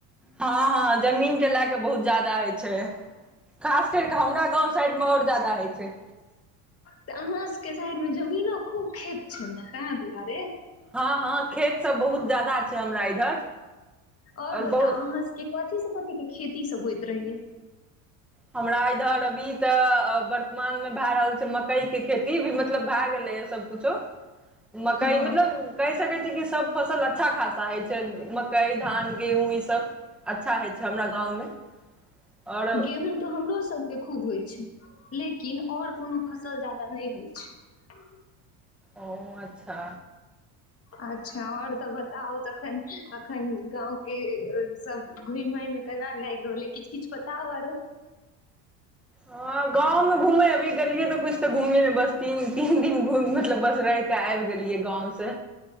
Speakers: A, in the centre; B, on the left.
A: हँ हँ जमीनके लए कऽ बहुत ज्यादा होइ छै खास करि कऽ हमरा गाँव साइडमे और जादा होइ छै
B: तऽ अहाँ सबके साइडमे जमीनो खूब खेत छै न तै दुआरे
A: हँ हँ खेतसब बहुत ज्यादा छै हमरा इधर
B: और
A: आओर
B: बताउ
A: बहुत
B: अहाँ सबके कथीसँ कथीके खेती सब होइत रहैया
A: हमरा इधर अभी तऽ वर्तमानमे भए रहल छै मकइ के खेती भी मतलब भए गेलैए सब कूछो मकइ
B: हँ
A: मतलब कहि सकै छियै कि सब फसल अच्छा खासा होइ छै मक्कइ धान गेहूँ ईसब अच्छा होइ छै हमरा गाँवमे और
B: गेहूँ तऽ हमरो सबके खूब होइ छै लेकिन और कोनो फसल जादा नहि होइ छै
A: ओ अच्छा
B: अच्छा और तऽ बताउ तखन अखन गाँव के सब घुइमे केना लागि रहल ह किछु किछु बताउ आरो
A: हँ गाँव मे घूमे अभी गेलियै तऽ कुछ तऽ घुम बस तीन तीन दिन घुम मतलब बर रहिका आबि गेलियै गाँव से